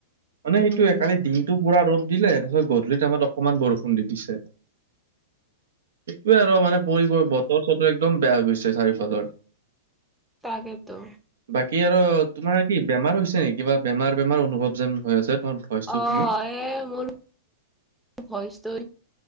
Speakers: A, on the right (about 70°); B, in the centre.
A: মানে সেইটোয়ে
B: উম,
A: কালি দিনটো। পুৰা ৰ'দ দিলে তাৰপিছত গধূলি আমত অকনমান বৰষুণ দি দিছে। সেইটোৱে আৰু মানে পৰি বতৰ চতৰ একদম বেয়া হৈ গৈছে চাৰিওফালৰ
B: তাকেতো।
A: বাকী আৰু তোমাৰ কি বেমাৰ হৈছে নে কিবা বেমাৰ, বেমাৰ অনুভৱ যেন হৈ আছে। তোমাৰ ভইচটো
B: অ'
A: শুনি
B: এ মোৰ ভইচটো